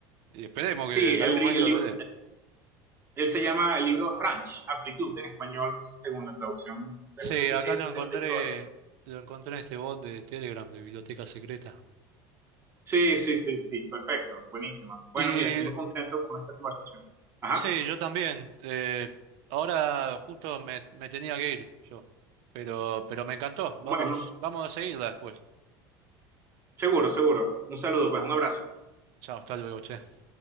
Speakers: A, on the right; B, on the right.
A: esperemos que
B: Sí,
A: en
B: el,
A: algún momento
B: el libro,
A: lo lea.
B: él se llama, el libro Ranch, Amplitud en español, según la traducción de
A: Sí,
B: los, de,
A: acá lo encontré,
B: de los editores.
A: lo encontré en este bot de Telegram de Biblioteca Secreta.
B: Sí, sí, sí, sí, perfecto, buenísima. Bueno,
A: Y
B: mira, estoy muy contento con esta conversación. Ajá,
A: sí, yo también. eh, ahora justo me, me tenía que ir yo. Pero, pero me encantó. Vamos,
B: bueno,
A: vamos a seguirla después.
B: seguro, seguro. Un saludo, pues, un abrazo.
A: Chao, hasta luego, che.